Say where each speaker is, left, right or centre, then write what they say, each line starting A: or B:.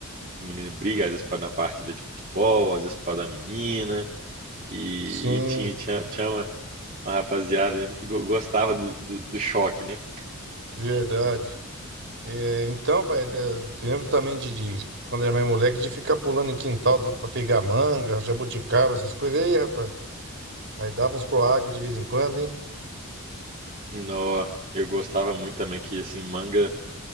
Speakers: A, on the right; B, on the right.
A: que menino briga, às vezes por causa da partida de futebol, às vezes por causa da menina. E,
B: Sim,
A: e tinha, tinha, tinha uma, uma rapaziada mesmo que go- gostava do, do, do choque, né?
B: verdade. É, então, pai, né, eu lembro também de, de quando era mais moleque, de ficar pulando em quintal dos outros pra pegar manga, jabuticaba, essas coisas. E aí, rapaz, aí dava uns pro agro de vez em quando, hein?
A: Nó, eu gostava muito também que, assim, manga.